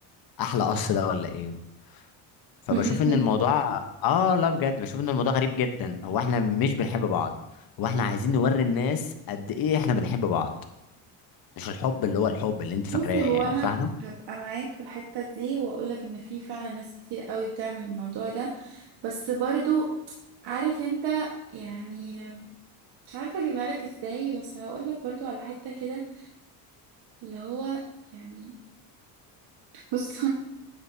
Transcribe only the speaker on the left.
احلى قص ده ولا ايه فبشوف
ان الموضوع اه لا بجد بشوف ان الموضوع غريب جدا هو احنا مش بنحب بعض هو احنا عايزين نوري الناس قد ايه احنا بنحب بعض مش الحب اللي هو الحب اللي انت فاكراه
يعني
فاهمه